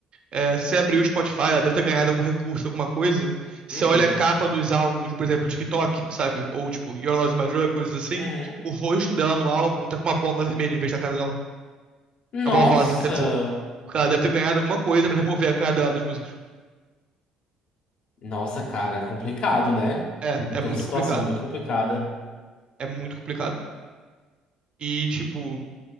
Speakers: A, on the right (about 45°); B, on the left (about 60°).
A: É, você abriu o Spotify, ela deve ter ganhado algum recurso, alguma coisa. Você
B: Uhum.
A: olha a capa dos álbuns, por exemplo, TikTok, sabe? Ou tipo, Your Love is My Drug, coisas assim.
B: Uhum.
A: O rosto dela no álbum tá com uma bola vermelha em vez da cara dela.
B: Nossa.
A: Uma bola rosa, quer dizer. Porque ela deve ter ganhado alguma coisa pra remover a cara dela das músicas.
B: Nossa, cara, é complicado, né?
A: É,
B: Tipo,
A: é
B: Toda
A: muito
B: a situação
A: complicado.
B: é muito complicada.
A: É muito complicado. E, tipo,